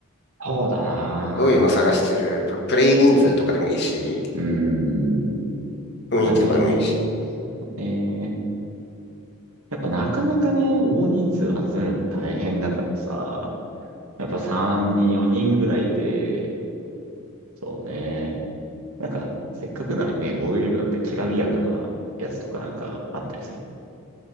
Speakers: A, on the right (about 80°); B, on the left (about 50°).
A: そうだな
B: どういうの探してる。プレイ人数とかでもいいし、
A: ぁ。うーん。
B: 雰囲気とかでもいいし。
A: まあね、そうね。やっぱなかなかね、大人数集めるの大変だからさ、やっぱ3人、4人ぐらいで、そうね。なんか、せっかくならね、ボードゲームだったらきらびやかなやつとかなんかあったりする。